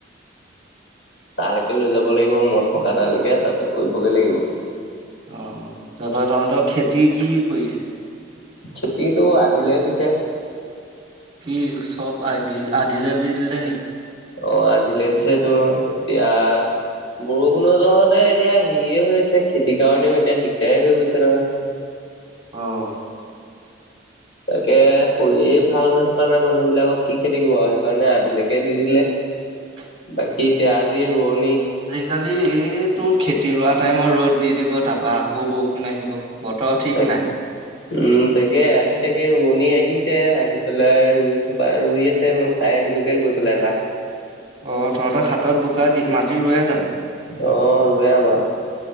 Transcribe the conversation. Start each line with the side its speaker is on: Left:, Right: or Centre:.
Left: তালৈকে লৈ যাব লাগিব মই থকা তালৈকে তাতে কৰিবগৈ লাগিব।
Right: অ', তাৰপৰা তহঁতৰ খেতি কি কৰিছে?
Left: খেতিটো আধিলে দিছে।
Right: কি চব আধিলে দি দিলে নেকি?
Left: অ' আধিলে দিছে তোৰ, এতিয়া বৰষুণৰ জহতে এতিয়া হেৰিয়ে হৈ আছে, খেতিৰ কাৰণেও এতিয়া দিগদাৰে হৈ গৈছে নহয়।
Right: অ'।
Left: তাকে শৰীৰে ভাল হৈ থকা নাই মানুহ বিলাকক কি খেতি কৰিব আৰু সেইকাৰণে আধিলৈকে দি দিলে।
Right: <inaudible>
Left: বাকী এতিয়া আজি ৰোৱনি
Right: কালি এইটোৰ খেতি ৰোৱা টাইমত ৰ'দ দি দিব তাৰপা আকৌ বৰষুণ আহিব। বতৰ ঠিক
Left: তাক
Right: নাই।
Left: উম, তাকে আজি তাকে ৰোৱনী আহিছে আহি পেলাই ৰুই থকা ৰুই আছে। চাই আহিলোঁগৈ গৈ পেলাই এপাক।
Right: অ', তহঁতৰ সাতত বোকা দি মাটি ৰুৱে জানো?
Left: অ', ৰুৱে আমাৰ।